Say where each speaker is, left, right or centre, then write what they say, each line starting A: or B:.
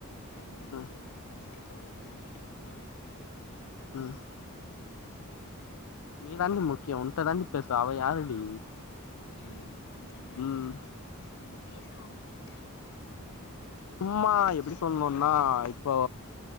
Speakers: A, on the left (about 65°); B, on the left (about 85°).
A: அஞ்சு மணிக்கு
B: ம்
A: நா ஃபர்ஸ்ட்டு கால் பண்ணிடணு ஒனக்கு
B: ம்
A: உ
B: நீதாண்டி முக்யொ உன்ட தாண்டி பேசுவ அவ யாருடி
A: ம் இந்த மாரி
B: ம்
A: இருக்கணு நீ பேசு அவங்க கிட்ட
B: சும்மா எப்டி சொல்ணுன்னா இப்போ